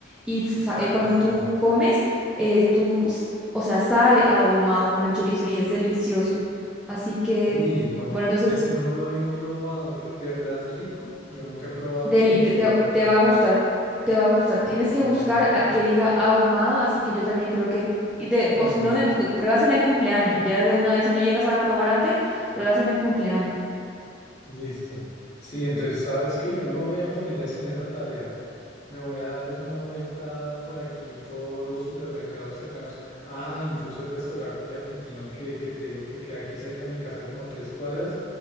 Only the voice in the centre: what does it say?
y sa-
eh, cuando
tú comes, eh, tú, s- o sea, sabe a ahumado con el chorizo y es delicioso. Así que,
bueno, entonces,
Deli,
te, te-
te va a gustar, te va a gustar. Tienes que
buscar a
que diga ahumado, así que yo también creo que, y de,
o si
no,
de- pruebas en el cumpleaños, ya de una vez, si no llegas a probar antes, pruebas en el cumpleaños.